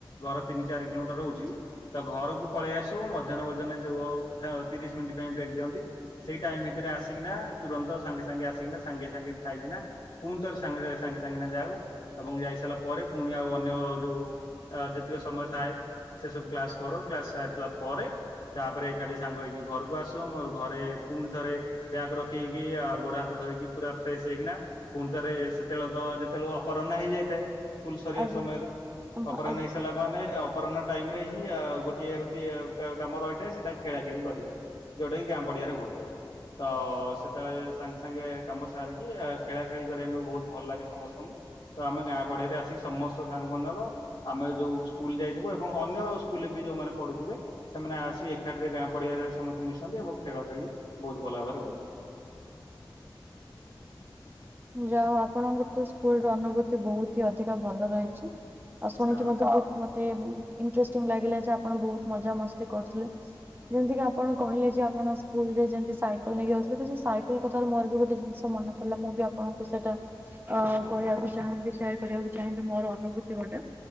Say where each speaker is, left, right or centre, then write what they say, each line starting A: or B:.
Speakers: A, on the left (about 80°); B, on the right (about 25°).
A: ଘର ତିନି ଚାରି କିଲୋମିଟର ରହୁଛି। ତ ଘରକୁ ପଳେଇ ଆସୁ, ମଧ୍ୟାହ୍ନ ଭୋଜନ ଯଉ ଥା, ତିରିଶ ମିନ୍ଟି ପାଇଁ ବ୍ରେକ୍ ଦିଅନ୍ତି। ସେଇ ଟାଇମ୍ ଭିତରେ ଆସିକିନା, ତୁରନ୍ତ ସାଙ୍ଗେ ସାଙ୍ଗେ ଆସିକିନା, ସାଙ୍ଗେ ସାଙ୍ଗେ ଖାଇକିନା ପୁଣିଥରେ ସାଙ୍ଗେରେ, ସାଙ୍ଗେ ସାଙ୍ଗେ କିନା ଯାଉ ଏବଂ ଯାଇସାଇଲା ପରେ, ପୁଣି ଆଉ ଅନ୍ୟ ଯୋଉ ଅ ଯେତିକି ସମୟ ଥାଏ। ସେ ସବୁ କ୍ଲାସ୍ କରୁ। କ୍ଲାସ୍ ସାରିଲା ପରେ ତା'ପରେ ଏକାଠି ସାଙ୍ଗ ହେଇକି, ଘରକୁ ଆସୁ। ମୋ ଘରେ ପୁଣି ଥରେ ବ୍ୟାଗ୍ ରଖିକି, ଆଉ ଗୋଡ ହାତ ଧୋଇକି ପୁରା ଫ୍ରେଶ୍ ହେଇକିନା ପୁଣି ଥରେ ସେତେବେଳେ ତ, ଯେତେବେଳେ ଅପରହ୍ନ ହେଇଯାଇଥାଏ। ସ୍କୁଲ ସରିବା
B: ଆଜ୍ଞା
A: ସମୟରେ ଅପରା୍ହ୍ନ
B: ଆଜ୍ଞା।
A: ହେଇ ସଲା ମାନେ ଅପରାହ୍ନ ଟାଇମ୍ ରେ ହିଁ, ଆ ଗୋଟିଏ ହଉଛି କାମ ରହି ଖେଳା ଖେଳି କରିବା। ଯୋଉଟା କି ଗାଁ ପଡିଆରେ ହୋଇ ଥାଏ। ତ ସେତେବେଳେ ସାଙ୍ଗେ ସାଙ୍ଗେ କାମ ସାରିକି, ଆ ଖେଳା ଖେଳି କରିବାପାଇଁ ବହୁତ ଭଲ ଲାଗେ ସମସ୍ତଙ୍କୁ। ତ ଆମେ ଗାଁ ପଡିଆରେ ଆସିକି ସମସ୍ତ ସାଙ୍ଗମନକ ଆମେ ଯୋଉ ସ୍କୁଲ ଯାଇଥିବୁ ଏବଂ ଅନ୍ୟ ସ୍କୁଲରେ ବି ଯୋଉମାନେ ପଢୁଥିବେ ସେମାନେ ଆସ୍ ସି ଏକାଠିରେ ଗାଁ ପଡିଆରେ ସମସ୍ତେ ମିଶନ୍ତି, ଏବଂ ଖେଳ ଖେଳି ବହୁତ ଭଲ ଭାବରେ ହୁଏ।
B: ଯାହଉ, ଆପଣଙ୍କର ତ ସ୍କୁଲ ର ଅନୁଭୂତି ବହୁତ ହି ଅଧିକା ଭଲ ରହିଛି। ଆଉ ଶୁଣିକି
A: ହଁ
B: ମତେ ବହୁତ୍ ମତେ ଇନ୍ଟ୍ରେଷ୍ଟିଙ୍ଗ ଲାଗିଲା ଯେ, ଆପଣ ବହୁତ ମଜା ମସ୍ତି କରୁଥିଲେ। ଯେମିତି କି ଆପଣ କହିଲେ ଯେ ଆପଣ ସ୍କୁଲ ରେ ଯେମିତି ସାଇକେଲ ନେଇକି ଯାଉଥିଲେ ତ ସୋଇକେଲ କଥାର ମୋର ବି ଗୋଟେ ଜିନିଷ ମନେ କଇଲା ମୁଁ ବି ଅ ଆପଣଙ୍କୁ ସେଟା ଅ କହିବାକୁ ଚାହାଁନ୍ତି ସେୟାର କରିବାକୁ ଚାହାଁନ୍ତି ମୋର ଅନୁଭୂତି ଗୋଟେ।